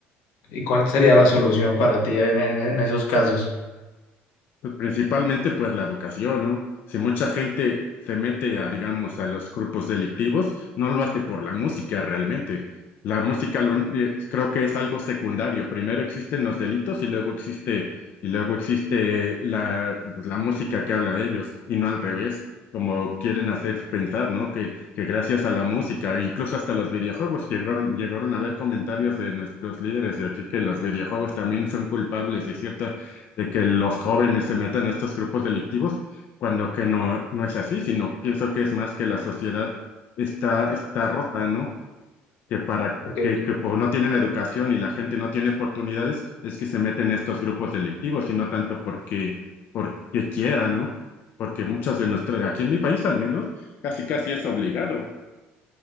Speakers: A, on the left (about 85°); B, on the left (about 45°).
A: ¿Y cuál sería la solución para ti en, en- en esos casos?
B: Pues principalmente pues la educación, ¿no? Si mucha gente se mete a, digamos, a los grupos delictivos, no lo hace por la música realmente. La música lo un- eh, creo que es algo secundario. Primero existen los delitos y luego existe, y luego existe la, pues, la música que habla de ellos, y no al revés, como quieren hacer pensar, ¿no? Que, que gracias a la música, e incluso hasta los videojuegos, llegaron, llegaron a ver comentarios de nuestros líderes de aquí que los videojuegos también son culpables de ciertas de que los jóvenes se metan a estos grupos delictivos, cuando que no, no es así, sino pienso que es más que la sociedad está, está rota, ¿no? Que para
A: Ok.
B: que, que por no tienen educación y la gente no tiene oportunidades, es que se meten a estos grupos delictivos, y no tanto porque, porque quiera, ¿no? Porque muchas de nuestras, aquí en mi país al menos, casi casi es obligado.